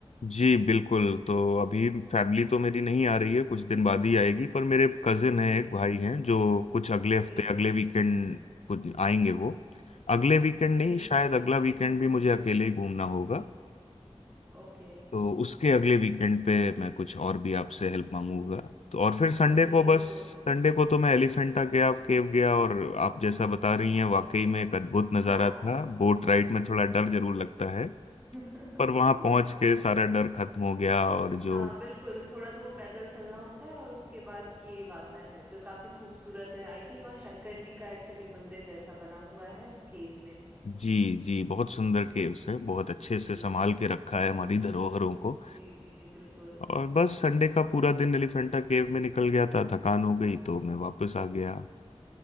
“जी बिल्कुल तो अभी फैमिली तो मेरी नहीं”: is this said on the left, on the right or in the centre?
Left